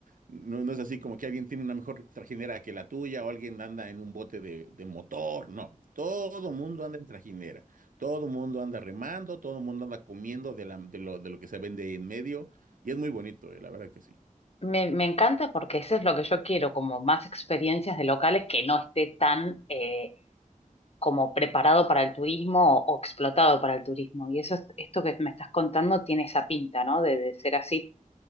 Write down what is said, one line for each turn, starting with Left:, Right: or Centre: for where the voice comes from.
Right: no, no es así como que alguien tiene una mejor trajinera que la tuya o alguien anda en un bote de, de motor, no. Todo mundo anda en trajinera, todo mundo anda remando, todo mundo anda comiendo de, la, de, lo, de lo que se vende ahí en medio y es muy bonito, eh, la verdad que sí.
Left: Me, me encanta porque eso es lo que yo quiero, como más experiencias de locales que no esté tan eh, como preparado para el turismo o, o explotado para el turismo. Y eso, es- esto que me estás contando tiene esa pinta, ¿no? De, de ser así,